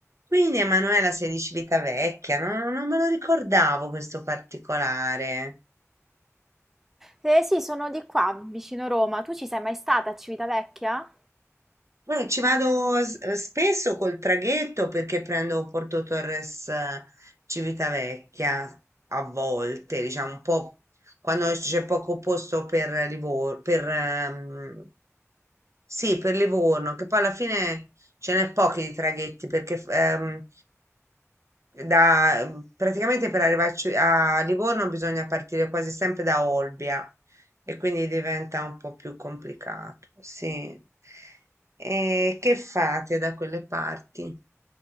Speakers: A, on the right; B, in the centre.
A: Quindi Emanuela sei di Civitavecchia, no- no, non me lo ricordavo questo particolare.
B: Eh sì, sono di qua, vicino Roma. Tu ci sei mai stata a Civitavecchia?
A: Eh, ci vado s- eh, spesso col traghetto perché prendo Porto Torres eh, Civitavecchia a volte, diciamo un po' quando c'è poco posto per Livorno, per, ehm, sì, per Livorno, che poi alla fine ce n'è pochi di traghetti perché f- ehm, da, mm, praticamente per arrivarci a Livorno bisogna partire quasi sempre da Olbia e quindi diventa un po' più complicato. Sì. E che fate da quelle parti?